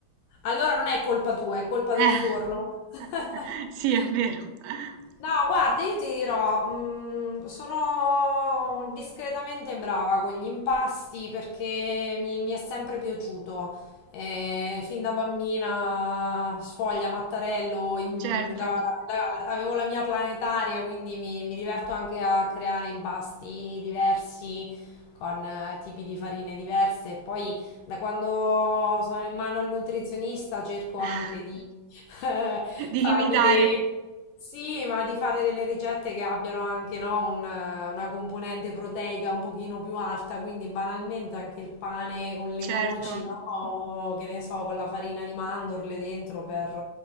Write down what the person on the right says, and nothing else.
Eh,
<laughs> sì, è vero, <laughs>
certo,
<laughs>
di
limitare,
certo.